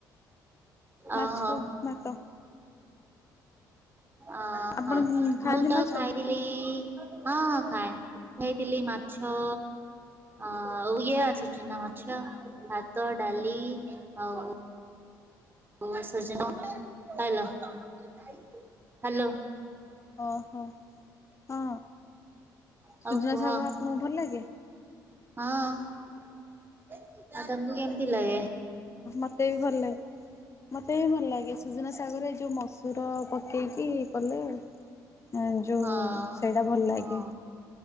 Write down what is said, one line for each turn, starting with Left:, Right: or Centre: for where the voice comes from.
Left: ମାଛ
Right: ଓହୋ
Left: ଭାତ।
Right: ଅ
Left: ଆପଣ
Right: ହ
Left: ଖାଆନ୍ତି
Right: ମୁଁ ତ
Left: ମାଛ?
Right: ଖାଇଥିଲି ହଁ ଖାଏ ଖାଇଥିଲି ମାଛ। ଅ ଆଉ ଇଏ ଅସୁ ଚିହ୍ନା ମାଛ ଭାତ ଡାଲି ଆଉ <unintelligible> ହ୍ୟାଲୋ ହ୍ୟାଲୋ
Left: ଓହୋ ହଁ
Right: ଆଉ
Left: ସୁଜନା
Right: କୁହ
Left: ଶାଗ ଆପଣଙ୍କୁ ଭଲ ଲାଗେ?
Right: ହଁ ଆଉ ତମକୁ କେମତି ଲାଗେ?
Left: ମତେ ବି ଭଲ ଲାଗେ। ମୋତେ ବି ଭଲ ଲାଗେ ସୁଜନା ଶାଗ ରେ ଯଉ ମସୁର ପକେଇକି କଲେ ଆ ଯୋଉ
Right: ହଁ
Left: ସେଇଟା ଭଲ
Right: ହଁ
Left: ଲାଗେ।